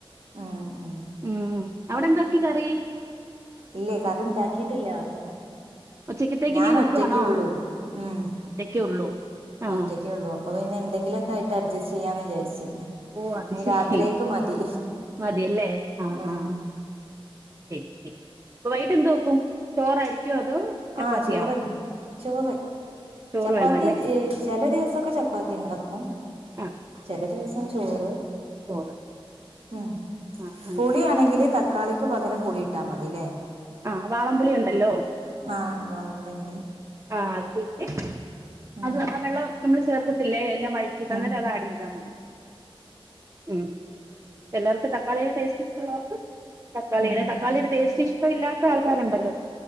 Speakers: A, on the right; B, on the right.
A: ഉം ഉം
B: ഉം അവിടെ എന്തോക്കി കറി
A: ഇല്ലേ കറി ഇണ്ടാക്കിയിട്ടില്ല അപ്പൊ
B: ഉച്ചക്കത്തേക്ക്
A: ഞൻ
B: ഇനി വെക്കുവാണോ
A: ഒറ്റക്കെ ഉള്ളൂ ഉം
B: ഒറ്റക്കേ ഉള്ളൂ ആഹ്
A: ഒറ്റക്ക് ഉള്ളൂ അപ്പൊ പിന്നെന്തെങ്കിലൊക്കായിട്ട് അഡ്ജസ്റ്റ് ചെയ്യാന്ന് വിചാരിച്ച്
B: ഓ അത്
A: ഇനി
B: ശരി
A: രാത്രിയേക്ക് മതി
B: മതിയല്ലേ ആഹ് ഹഹ
A: ഉം
B: ശരി ശരി അപ്പൊ വൈകിട്ട് എന്ത് വെക്കും ചോറായിരിക്കോ അതോ ചപ്പാത്തിയാ
A: ആഹ ചോറ്ൻ ചോറ്
B: ചോറ്
A: ചപ്പാത്തി
B: വേണം അല്ലേ
A: ഈ ചില ദിവസക്കെ ചപ്പാത്തി ഉണ്ടാക്കും
B: ആഹ്
A: ചില ദിവസം ചോറ്
B: ചോറ്
A: ഉം
B: ആഹ് ആഹ്
A: പുളിയാണെങ്കില് തക്കാളി ക്ക് പകരം പുളി ഇട്ടാ മതി ല്ലേ
B: ആ വാളംപുളി ഉണ്ടല്ലോ
A: ആ വളം പുളിഉണ്ട്
B: ആ അത് പിഴിഞ്ഞ്
A: ഉം
B: അത് ആ വെള്ളം നമ്മള് ചേർക്കത്തില്ലേ എല്ലാം വഴറ്റിട്ടന്നെ
A: ഉം
B: അന്നേരം അത് ആഡ് ചെയ്താ മതി ഉം ചിലർക്ക് തക്കളിയുടെ ടേസ്റ്റ് ഇഷ്ടമുള്ളവർക്ക് തക്കാളിയുടെ
A: ഉം
B: തക്കാളിയുടെ ടേസ്റ്റ് ഇഷ് ഇല്ലാത്ത ആൾക്കാരുണ്ടല്ലോ